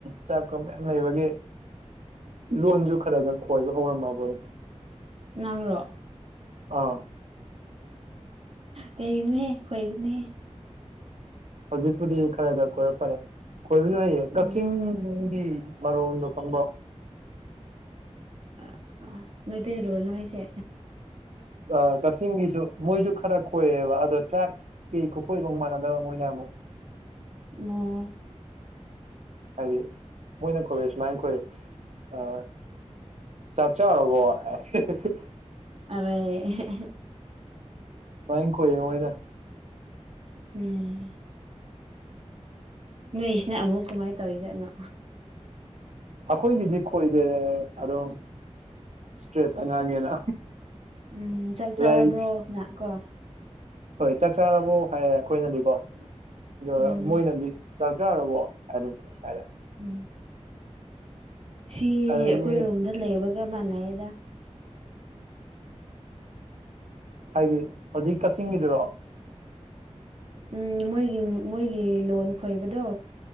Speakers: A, on the right; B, on the right.
A: ꯇ꯭ꯔꯥꯏꯞꯀ ꯃꯌꯥꯝ ꯂꯩꯕꯒꯤ ꯂꯣꯟꯖꯨ ꯈꯔꯒ ꯈꯣꯏꯕ ꯍꯧꯔꯝꯃꯕꯅꯦ
B: ꯅꯪꯔꯣ
A: ꯑꯥ
B: ꯀꯩꯒꯅꯍꯦ ꯈꯣꯏꯒꯅꯤꯍꯦ
A: ꯍꯧꯖꯤꯛꯄꯨꯗꯤ ꯈꯔ ꯈꯔ ꯀꯣꯏꯔꯛ ꯐꯔꯦ ꯀꯣꯏꯕꯁꯨ ꯍꯌꯦ ꯀꯛꯆꯤꯡ
B: ꯎꯝ
A: ꯅꯪꯒꯤ ꯃꯔꯣꯜꯗꯣ ꯈꯪꯕꯣ
B: ꯑ ꯑ ꯃꯩꯇꯩꯔꯣꯟꯂꯣ ꯍꯥꯏꯁꯦ
A: ꯑ ꯀꯛꯆꯤꯡꯒꯤꯁꯨ ꯃꯣꯏꯖꯨ ꯈꯔ ꯈꯣꯏꯑꯦꯕ ꯑꯗꯣ ꯇ꯭ꯔꯥꯞꯀꯤ ꯈꯨꯀꯣꯏꯒ ꯃꯨꯛ ꯃꯥꯟꯅ ꯅ ꯃꯣꯏꯅ ꯑꯃꯨꯛ
B: <unintelligible>
A: ꯍꯥꯏꯗꯤ ꯃꯣꯏꯅꯈꯣꯏ‌ ꯁꯨꯃꯥꯏꯅ ꯑꯩꯈꯣꯏ ꯑ ꯆꯥꯛ ꯆꯕꯣ <unintelligible>
B: ꯑꯔꯦ
A: ꯕꯥꯏ ꯅꯪ ꯈꯣꯏ ꯈꯧꯌꯦꯗ
B: ꯎꯝ ꯅꯣꯏꯁꯤꯅ ꯑꯃꯨꯛ ꯀꯃꯥꯏ ꯇꯧꯔꯤꯖꯥꯠꯅꯣ
A: ꯑꯈꯣꯏꯒꯤꯗꯤ ꯈꯣꯏꯗꯦ ꯑꯗꯨꯝ ꯁꯇ꯭ꯔꯦꯇ ꯉꯥꯡꯒꯦꯅ
B: ꯎꯝ ꯆꯥꯛ ꯆꯥꯔꯕ꯭ꯔꯣ
A: ꯔꯥꯏꯠ
B: ꯅ ꯀꯣ
A: ꯍꯣꯏ ꯆꯥꯛ ꯆꯥꯔꯕꯣ ꯍꯥꯏ ꯑꯈꯣꯏꯅꯗꯤꯀꯣ ꯑꯗꯨꯒ
B: ꯎꯝ
A: ꯃꯣꯏꯅꯗꯤ ꯆꯥꯛ ꯆꯔꯕꯣ ꯍꯥꯏ <unintelligible>
B: ꯎꯝ ꯁꯤ
A: ꯑꯗꯒꯤ
B: ꯑꯩꯈꯣꯏ ꯔꯣꯝꯗ ꯂꯩꯕꯒ ꯃꯥꯟꯅꯩꯗ
A: ꯍꯥꯏꯗꯤ ꯍꯧꯖꯤꯛ ꯀꯛꯆꯤꯡꯒꯤꯗꯨꯔꯣ
B: ꯎꯝ ꯃꯣꯏꯒꯤ ꯃꯣꯏꯒꯤ ꯂꯣꯟ ꯈꯣꯏꯕꯗꯣ